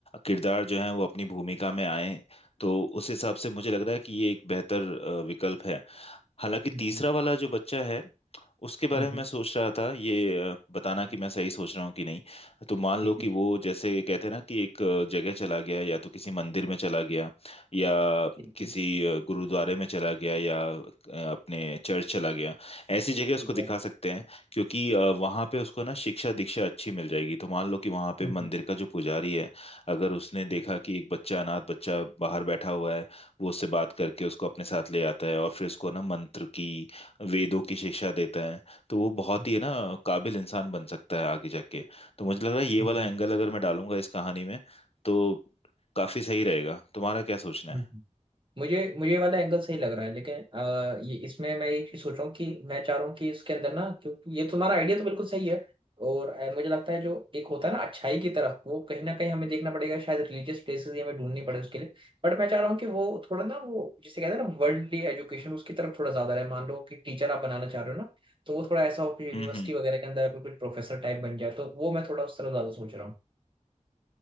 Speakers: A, on the left (about 50°); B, on the right (about 40°).
A: किरदार जो है वो अपनी भूमिका में आए तो उस हिसाब से मुझे लग रहा है कि ये एक बेहतर अ, विकल्प है हालांकि
B: हम्म
A: तीसरा वाला जो बच्चा है उसके बारे
B: हम्म
A: में
B: हम्म,
A: मैं सोच रहा था ये अ, बताना
B: हम्म,
A: कि मैं सही सोच रहा हूँ कि नहीं तो मान
B: ठीक
A: लो
B: है
A: कि वो जैसे कहते हैं ना कि एक अ, जगह चला गया या तो किसी मंदिर में चला गया या
B: ठीक
A: किसी
B: है
A: अ, गुरुद्वारे में चला गया या अ, अपने चर्च चला गया ऐसी जगह उसको
B: ठीक
A: दिखा
B: है
A: सकते हैं क्योंकि अ, वहाँ पे उसको ना शिक्षा दीक्षा अच्छी मिल जाएगी तो मान लो कि वहाँ पे
B: हम्म
A: मंदिर
B: हम्म
A: का जो पुजारी है अगर उसने देखा
B: हम्म
A: कि एक बच्चा अनाथ बच्चा बाहर बैठा हुआ है वो उससे बात करके उसको अपने साथ ले आता है और फिर उसको ना मंत्र की वेदों की शिक्षा देता है तो वो बहुत
B: हम्म
A: ही ना काबिल इंसान बन सकता है आगे जाके तो मुझे लग रहा है ये
B: हम्म,
A: वाला
B: हम्म,
A: एंगल अगर मैं डालूंगा इस कहानी में तो काफी सही रहेगा तुम्हारा क्या सोचना
B: हम्म,
A: है
B: मुझे मुझे ये वाला एंगल सही लग रहा है लेकिन अ, ये इसमें मैं ये चीज सोच रहा हूँ कि मैं चाह रहा हूँ कि इसके अंदर ना क्योंकि ये तुम्हारा आइडिया तो बिल्कुल सही है और अ, मुझे लगता है जो एक होता है ना अच्छाई की तरफ वो कहीं ना कहीं हमें देखना पड़ेगा शायद रिलीजियस प्लेसेस ही हमें ढूंढनी पड़े उसके लिए बट मैं चाह रहा हूँ कि वो थोड़ा ना वो जिसे कहते हैं ना वर्ल्डली एजुकेशन उसकी तरफ थोड़ा ज्यादा रहे मान लो कि टीचर आप बनाना चाह रहे हो ना तो वो थोड़ा ऐसा हो कि यूनिवर्सिटी
A: हम्म हम्म
B: वगैरह के अंदर अगर कुछ प्रोफेसर टाइप बन जाए तो वो मैं थोड़ा उस तरफ ज्यादा सोच रहा हूँ